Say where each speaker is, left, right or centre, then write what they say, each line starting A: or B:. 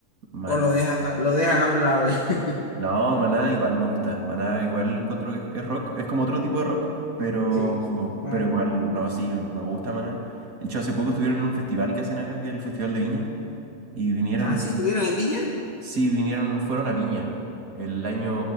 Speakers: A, on the right; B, on the left.
A: man.
B: o lo dejas, lo dejas a un lado? <laughs>
A: No, Maná igual me gusta. Maná igual encuentro que es rock, es como otro tipo de rock, pero,
B: Sí, más.
A: pero igual, no, sí, me gusta Maná. De hecho, hace poco estuvieron en un festival que hacen acá, que es el Festival de Viña, y vinieron
B: Ah, sí, estuvieron en Viña,
A: Sí, vinieron, fueron a Viña el año,